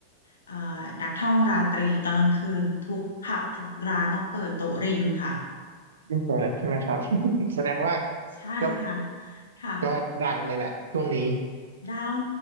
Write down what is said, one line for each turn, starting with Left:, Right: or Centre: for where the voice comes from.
Left: เอ่อนักท่องราตรีตอนกลางคืนทุกผับทุกร้านต้องเปิดโต๊ะริมค่ะ
Right: เพิ่งเปิดใช่ไหมครับ <laughs> แสดงว่า
Left: ใช่ค่ะ
Right: ก็
Left: ค่ะ
Right: ก็ดังเลยแหละช่วงนี้
Left: ดัง